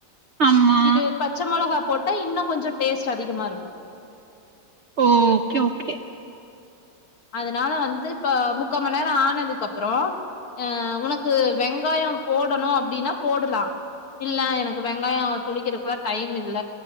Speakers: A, on the right; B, on the left.
A: ஆமா
B: இது பச்ச மொளகா போட்டா இன்னு கொஞ்சோ டேஸ்ட் அதிகமா இருக்கு
A: ம் ஓகே ஓகே
B: அதனால வந்து இப்ப முக்கா மண் நேரோ ஆனதுக்கப்பறோ அ உனக்கு வெங்காயோ போடணு அப்டின்னா போடலா இல்ல எனக்கு வெங்காயோ தொளிக்றக்லா டைம் இல்ல